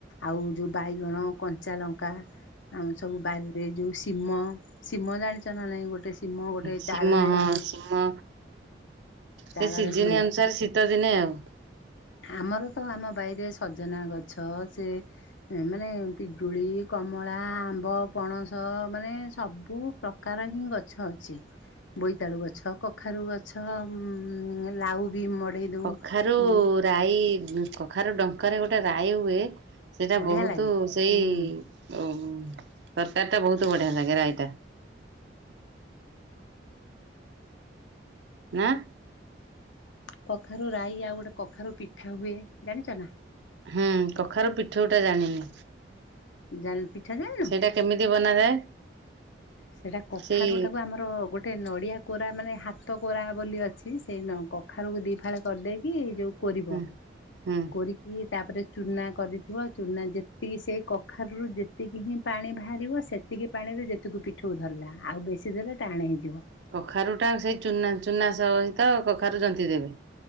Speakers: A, on the left (about 85°); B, on the right (about 70°).
A: ଆଉ ଯୋଉ ବାଇଗଣ କଞ୍ଚା ଲଙ୍କା। ଆଉ ସବୁ ବାରିରେ ଯୋଉ ସିମ ସିମ ଜାଣିଚ ନା ନାଇଁ ଗୋଟେ ଶିମ ଗୋଟେ
B: ସୀମ
A: ଚାଳରେ
B: ହଁ ସିମ
A: ଚାଳରେ
B: ସେ ସିଜନି
A: ହୁଏ
B: ଅନୁସାରେ ସି ତ ଦିନେ ଆଉ
A: ଆମର ତ ଆମ ବାଇରେ ସଜନା ଗଛ ସେ ଏ ମାନେ ପିଜୁଳି କମଳା ଆମ୍ବ ପଣସ ମାନେ ସବୁ ପ୍ରକାର ହିଁ ଗଛ ଅଛି। ବୋଇତାଳୁ ଗଛ କଖାରୁ ଗଛ ଉଂ ଲାଉ ବି ମଡେଇ ଦଉ।
B: କଖାରୁ
A: ଉଁ
B: ରାଈ କଖାରୁ ଡଙ୍କାରେ ଗୋଟେ ରାଇ ହୁଏ। ସେଇଟା
A: ବଢିଆ
B: ବହୁତ
A: ଲାଗେ
B: ସେଇ
A: ହୁଁ
B: ତରକାରି ଟା ବହୁତ ବଢିଆ ଲାଗେ ରାଇତା। ଆଁ
A: କଖାରୁ ରାଇ ଆଉ ଗୋଟେ କଖାରୁ ପିଠା ହୁଏ ଜାଣିଚ ନା?
B: ହୁଁ କଖାର ପିଠଉଟା ଜାଣିନି।
A: ଯାନ୍ ପିଠା ଜଣନ୍
B: ସେଇଟା କେମିତି ବନାଯାଏ?
A: ସେଟା
B: ସେଇ
A: କଖାରୁଟାକୁ ଆମର ଗୋଟେ ନଡ଼ିଆ କୋରା ମାନେ ହାତ କୋରା ବୋଲି ଅଛି ସେଇ ନ କଖାରୁକୁ ଦି ଫାଳେ କରିଦେଇକି ଯୋଉ କୋରିବ
B: ହୁଁ ହୁଁ
A: କୋରି କି ତାପରେ ଚୁନା କରିଥିବ ଚୁନା ଯେତିକି ସେଇ କଖାରୁରୁ ଯେତିକି ହିଁ ପାଣି ବାହାରିବ ସେ ସେତିକି ପାଣିରେ ଯେତିକୁ ପିଠଉ ଧରିଲା ଆଉ ବେଶୀ ଦେଲେ ଟାଣ ହେଇଯିବ।
B: କଖାରୁଟା ସେଇ ଚୁନା ଚୁନା ସହିତ କଖାରୁ ଜନ୍ତି ଦେବେ।